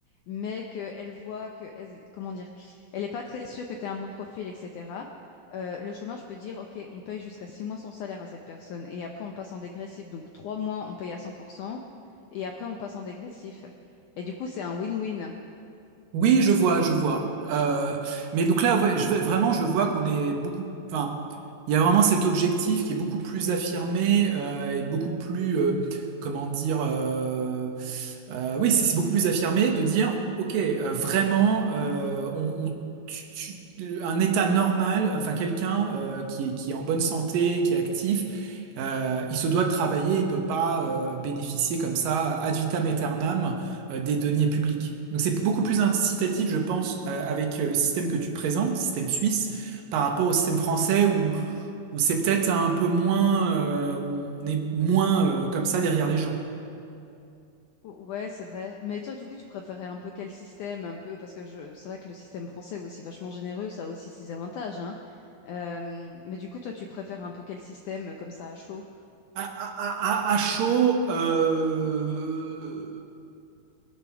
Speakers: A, on the left (about 85°); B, on the right (about 65°).
A: mais qu'elle voit que, elle- comment dire, elle n'est pas très sûre que tu as un bon profil, etc. euh, le chômage peut dire, OK, on paye jusqu'à six mois son salaire à cette personne et après on passe en dégressif. Donc trois mois, on paye à 100% et après on passe en dégressif. Et du coup, c'est un win-win.
B: Oui, je vois, je vois. Euh, mais donc là, ouais, je, vais- vraiment, je vois qu'on est beaucoup. Enfin, il y a vraiment cet objectif qui est beaucoup plus affirmé euh, et beaucoup plus, euh, comment dire, euh, euh, oui, c'est c'est beaucoup plus affirmé de dire, ok, euh, vraiment, euh, on, on- tu- tu- un état normal, enfin quelqu'un euh, qui est, qui est en bonne santé, qui est actif, euh, il se doit de travailler, il peut pas euh, bénéficier comme ça ad vitam aeternam euh, des deniers publics. Donc c'est beaucoup plus incitatif, je pense, euh, avec euh, le système que tu présentes, système suisse, par rapport au système français où, où c'est peut-être un peu moins, euh, où on est moins euh, comme ça derrière les gens.
A: Ou- Ouais, c'est vrai. Mais toi, du coup, tu préférais un peu quel système, un peu, parce que je, c'est vrai que le système français est aussi vachement généreux, ça a aussi ses avantages, hein. Euh, mais du coup, toi, tu préfères un peu quel système, euh, comme ça, à chaud?
B: À, à, à, à chaud, euh,